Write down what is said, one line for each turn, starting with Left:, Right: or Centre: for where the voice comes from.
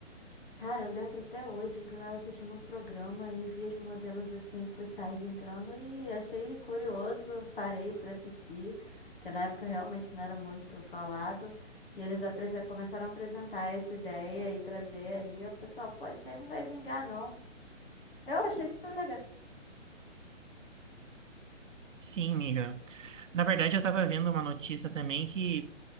Left: Cara, eu lembro até hoje que eu tava assistindo um programa e vi as modelos assim, plus size entrando e achei curioso, parei pra assistir, que na época realmente não era muito falado. E eles apresen- começaram a apresentar essa ideia e trazer aí, o pessoal, pô, isso aí não vai vingar, não. Eu achei super legal.
Right: Sim, amiga. Na verdade, eu estava vendo uma notícia também que.